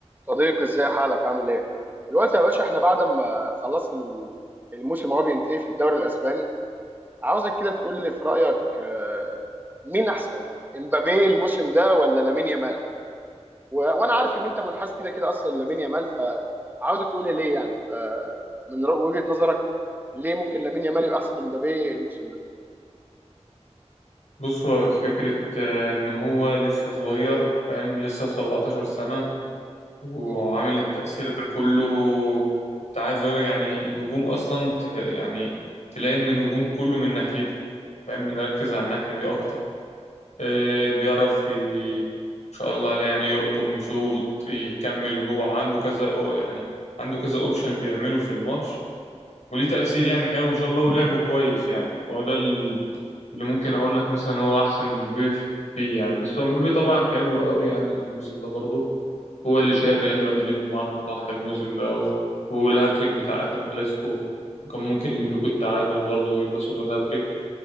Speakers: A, on the right; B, on the left.
A: صديقي ازاي حالك عامل ايه؟ دلوقتي يا باشا احنا بعد ما خلاص ال- الموسم هو بينتهي في الدوري الاسباني عاوزك كده تقول لي في رايك آه، مين احسن امبابي الموسم ده ولا لامين يامال؟ و- وانا عارف ان انت منحاز كده كده اصلا لامين يامال فعاوزك تقول لي ليه يعني فمن رأ- وجهة نظرك ليه ممكن لامين يامال يبقى احسن من امبابي الموسم ده؟
B: بص هو فكرة آه، إن هو لسه صغير فاهم لسه 17 سنة وعامل
A: مم.
B: التأثير ده كله أنت عايز أقولك يعني الهجوم أصلا ت- يعني تلاقي إن الهجوم كله من ناحيته فاهم بنركز
A: مم.
B: على الناحية دي أكتر آه، بيعرف ي- إن شاء الله عليه يعني يقطم يشوط يكمل جوه عنده كذا أو- يعني عنده كذا أوبشن بيعمله في الماتش وليه تأثير يعني حلو إن شاء الله ولعبه كويس يعني هو ده اللي ممكن اقول لك مثلا هو احسن من مبابي فيه يعني بس هو مبابي طبعا حلو قوي يعني الموسم ده برضه هو اللي شايل
A: مم.
B: ريال مدريد بمعنى اصح الموسم ده و- والهاتريك بتاع اخر كلاسيكو كان ممكن يجيب لكم التعادل برضه ويبقى سوبر هاتريك